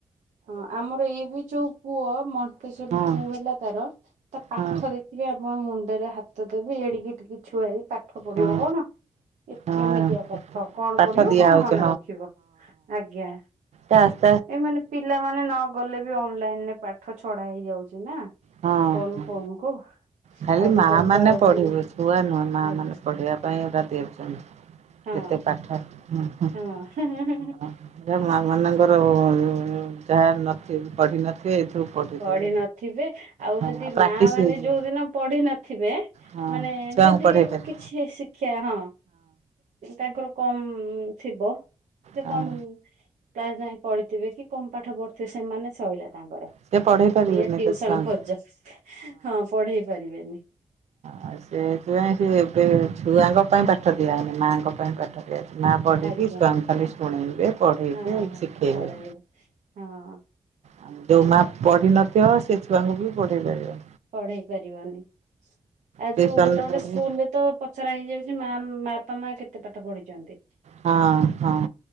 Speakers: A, on the right; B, on the right.
A: ହଁ ଆମର ଏ ବି ଯୋଉ ପୁଅ ମହକେଶ୍ଵରୀ
B: ହଁ
A: ଟୁ ହେଲା ତାର ତା ପାଠ
B: ହଁ
A: ଦେଖ ଟିକ ଆମ ମୁଣ୍ଡରେ ହାତ ଦେବି ଏଡିକି ଟିକେ ଛୁଆ ହେ କାଠ ପଡିବ
B: ହଁ
A: କଣ?
B: ହଁ
A: ଏମିତିଆ ପାଠ କଣ
B: ପାଠ
A: ପଢିବ
B: ଦିଆହଉଛି
A: କଣ ମନେ ରଖିବ ଆଜ୍ଞା।
B: ଚା
A: ଏମାନେ ପିଲାମାନେ ନ ଗଲେ ବି ଅନଲାଇନ ରେ ପାଠ ଛଡା ହେଇଯାଉଛି ନା
B: ହଁ
A: ଫୋନ
B: ହଁ
A: ଫୋନ କୁ।
B: ଖାଲି
A: ଆଜିକାଲି
B: ମା ମାନେ
A: ତ ଆଉ
B: ପଢିବେ
A: ପୁଣି
B: ଛୁଆ ନୁହେଁ ମା
A: ଆଜ୍ଞା
B: ମାନେ ପଢିବା ପାଇଁ ଏଟା ଦେଉଛନ୍ତି।
A: ହଁ
B: କେତେ ପାଠ ହ
A: ହଁ।
B: ଜା ମା ମାନଙ୍କର ଯାହା ନ ପଢ ନଥିବେ ଏଇଥିରୁ ପଢ଼ିଦେବେ।
A: ପଢ଼ି ନଥିବେ ଆଉ
B: ହଁ
A: ଯଦି
B: ପ୍ରାକ୍ଟିସ୍
A: ମା ମାନେ
B: ହେଇଯିବ
A: ଯୋଉ ଦିନ ପଢି ନଥିବେ
B: ହଁ
A: ମାନେ
B: ଛୁଆଙ୍କୁ
A: ଯଦି
B: ପଢ଼େଇ ପାରିବେ
A: କିଛି ଶିକ୍ଷା ହଁ ତାଙ୍କର କମ୍ ଥିବ ସେ
B: ହଁ।
A: କମ୍ କ୍ଲାସ ଯାଇ ପଢିଥିବେ କି କଣ ପାଠ ପଢିଥିବେ ସେମାନେ ସଇଲା ତାଙ୍କର।
B: ସେ ପଢ଼େଇ ପାରିବେନି
A: ଦିଏ ଟଟିଉସନ
B: ତ ଛୁଆଙ୍କୁ
A: ଖୋଜ ହଁ ପଢେଇ ପାରିବେନି।
B: ହ ସେଥିପାଇଁ ସେ ଏବେ ଛୁଆଙ୍କ ପାଇଁ ପାଠ ଦିଆ ହେନି ମାଆଙ୍କ ପାଇଁ ପାଠ ମା ପଢ଼ିକି
A: ଆଜ୍ଞା
B: ସୟଂ ଖାଲି ଶୁଣେଇବେ ପଢ଼େଇବେ
A: ହଁ ହଁ
B: ଶିଖେଇବେ।
A: <unintelligible> ହଁ।
B: ଆଉ ଯଉ ମା ପଢ଼ିନଥିବ ସେ ଛୁଆଙ୍କୁ ବି ପଢ଼େଇ ପାରିବନି।
A: ପଢେଇ ପାରିବନି ଆ
B: ଟିଉସନରେ
A: ଯୋଉ ଗୋଟେ ଗୋଟେ
B: ପଢ଼େଇ
A: ସ୍କୁଲରେ ତ ପଚରା ହେଇଯାଉଛି ମା ବାପା ମା କେତେ ପାଠ ପଢିଛନ୍ତି।
B: ହଁ ହଁ।